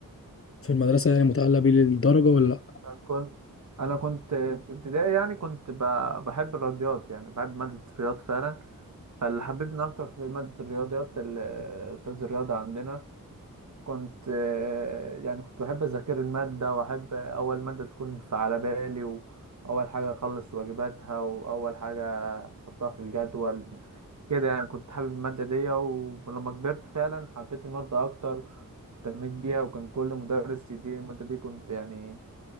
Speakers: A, on the left; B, on the right.
A: في المدرسه يعني متعلق بيه للدرجه ولا لا
B: كنت أنا كنت آه، في ابتدائي يعني كنت ب- بحب الرياضيات يعني بحب مادة الرياض فعلا فاللي حببني أكتر في مادة الرياضيات ال- آه، أستاذ الرياضة عندنا كنت آه، يعني كنت بحب أذاكر المادة وأحب أول مادة تكون في على بالي وأول حاجة أخلص واجباتها وأول حاجة أحطها في الجدول كده يعني كنت حابب المادة دي ولما كبرت فعلا حبيت المادة أكتر اهتميت بيها وكان كل مدرس يديني المادة دي كنت يعني